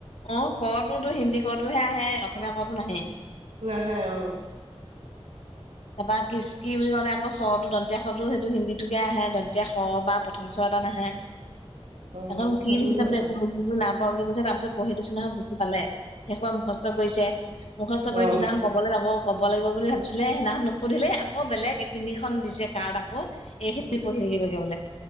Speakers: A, on the left; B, on the right.
A: অ কোতো হিন্দী কটোহে আহে অসমীয়া কো নাহেই
B: নহে অ!
A: তাৰপৰা কিস্তি বুলি কওঁলে আকৌ শটো দতীয়া শটো সেইটো হিন্দীটোকে আহে দতীয়া শ বা প্ৰথম এটা নাহে।
B: অ',
A: এখন কি
B: সেইটো
A: লিখিছো
B: হৈছে
A: একো নাপা বুলি কৈছে তাৰপিছত পঢ়ি দিছি নহয় বহি পালে শেষ মুখস্থ কৰিছে। মুখস্থ কৰি
B: অ',
A: পিছনাখন কবলৈ যাব। ক'ব লাগিব বুলি ভাবিছিলে সেইদিনা নুসুধিলে আকৌ বেলেগ তিনিখনন দিছে কাৰ্ড আকৌ এইখিনি পঢ়ি থাকিবাগে বোলে।